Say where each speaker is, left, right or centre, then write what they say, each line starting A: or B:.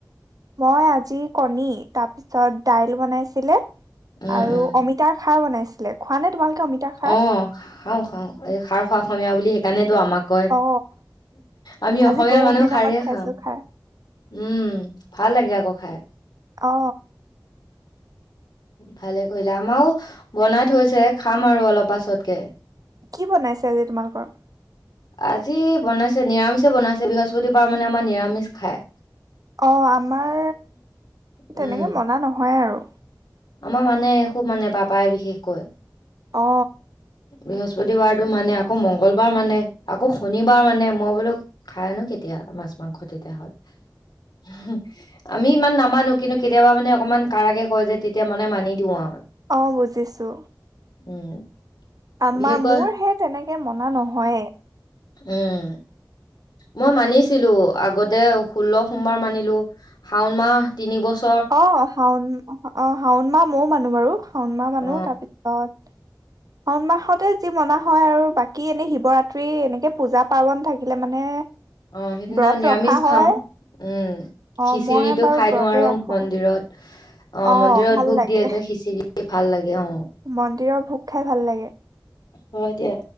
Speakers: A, on the right; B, on the left.
A: মই আজি কণী তাৰ পিছত দাইল বনাইছিলে।
B: উম,
A: আৰু
B: উম,
A: অমিতাৰ শাক বনাইছে। আছিলে খোৱা নে তোমালোকে অমিতাৰ খাৰ
B: অ খাওঁ খাওঁ এই শাৰ খোৱা অসমীয়া বুলি। কাৰলে আমাক
A: অ
B: আমি অসমীয়া
A: আজি বহুত
B: মানুহ
A: দিনৰ
B: খাৰ
A: মূৰত খাইছো
B: খাওঁ
A: খাৰ
B: উম ভাল লাগে আকৌ খাই।
A: অ
B: ভালে কৰিলা আমাৰও বনাই থৈছে খাম আৰু অলপ পাছতকে
A: কি বনাইছে আজি তোমালোকৰ
B: আজি বনাইছে নিৰামিষে বনাইছে বৃহস্পতিবাৰ মানে আমাৰ নিৰামিষ খাই।
A: অ আমাৰ
B: উম,
A: তেনেকে মনা নহয় আৰু।
B: আমাৰ মানে খুব মানে পাপাই বিশেষকৈ।
A: অ
B: বৃহস্পতিবাৰতটো মানে আকৌ মংগলবাৰ মানে আকৌ শনিবাৰ মানে মই বোলো খাই আনো কেতিয়া মাছ মাংস তেতিয়া হ'ল উম আমি ইমান নামানো কিন্তু কেতিয়াবা মানে অকমান কাৰাগে। কয় যে তেতিয়া মানে মানি দিওঁ আৰু।
A: অ বুজিছো
B: উম
A: আমাৰ
B: বিশেষকৈ
A: মোৰ সেই তেনেকে মনা নহয়।
B: এহ মই মানিছিলো আগতে ষোল্ল সোমবাৰ মানিলো শাওন মাহ তিনিবছৰ
A: অ শাওন অ শাওন মাহ মইও মানো বাৰু শাওন মাহ মানো
B: অ
A: তাৰপিছত শাওন মাহ মাহতে যি মনা হয় আৰু বাকী এনেই শিৱৰাত্ৰি এনেকৈ পূজা পাৰ্বণ থাকিলে মানে।
B: অ সেইদিনা
A: ব্ৰত
B: নিৰামিষ
A: ৰখা হয়
B: খাও উম।
A: অ
B: খিচিৰিটো
A: মই বাৰু
B: খাই
A: ব্ৰতে
B: দিওঁ আৰু
A: ৰাখো
B: মন্দিৰত। অঁ
A: অ
B: মন্দিৰত
A: ভাল
B: ভোক
A: লাগে
B: দিয়ে যে খিচিৰি ভাল লাগে অ
A: মন্দিৰৰ ভোক খাই ভাল লাগে
B: হয় দিয়া।